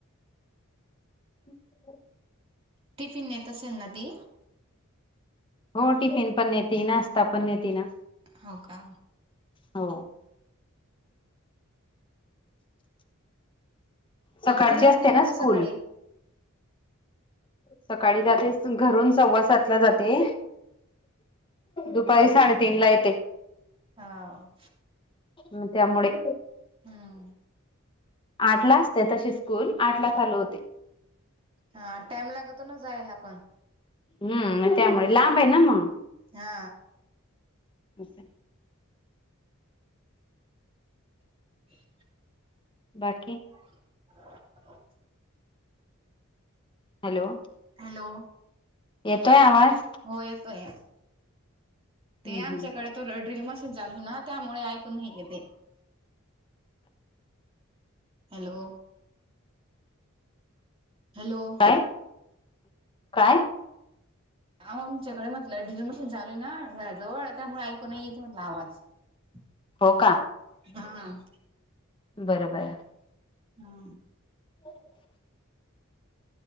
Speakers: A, on the left; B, on the right.
A: <inaudible>
B: टिफिन देत असेल ना ती?
A: हो टिफिन पण नेते आणि नाश्ता पण नेते ना.
B: हो का?
A: हो. सकाळची
B: कितीला
A: असते
B: येती म्हणली
A: ना स्कूल.
B: सकाळी
A: सकाळी जाते सून घरून सव्वासात ला जाते. दुपारी साडेतीन ला येते.
B: हा...
A: ह त्या मुळे
B: हा...
A: आठला असते तशी स्कूल आठला चालू होते.
B: हा टाईम लागतो ना जायला पण
A: हम मग त्या मुळे लांब आहे ना मग
B: हा.
A: बशा <inaudible>
B: नाही ला <unintelligible>
A: बाकी
B: हा ह <unintelligible>
A: हॅलो...
B: हॅलो...
A: येतोय आवाज
B: हो येतोय ते
A: हम्म
B: आमच्याकडे
A: हम्म
B: टूलर ड्रिल मशीन चालू आहे ना त्यामुळे ऐकू नाही येते. हॅलो....... हॅलो
A: काय काय
B: आवो आमच्याकडे म्हटलं डिल मशीन चालू आहे ना घराजवळ त्यामुळे ऐकू नाहीयेत म्हटलं आवाज <inaudible>
A: हो का...
B: हा....
A: बरं बया
B: हा....
A: हो <inaudible>